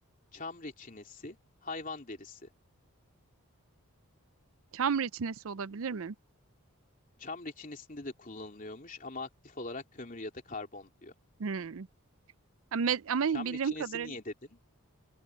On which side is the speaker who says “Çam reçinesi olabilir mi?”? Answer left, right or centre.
Right